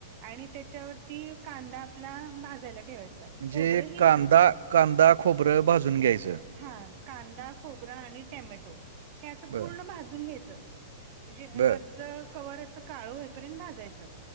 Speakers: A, on the right; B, on the right.
A: आणि त्याच्यावरती कांदा आपला भाजायला ठेवायचा
B: म्हणजे
A: खोबरं ही
B: कांदा
A: भाजून.
B: कांदा खोबरं भाजून घ्यायचं.
A: हा कांदा खोबरा आणि टॅमॅटो हे असं
B: बरं,
A: पूर्ण भाजून घ्यायचं. म्हणजे
B: बरं,
A: वरच कवर असं काळं हेपर्यंत भाजायचं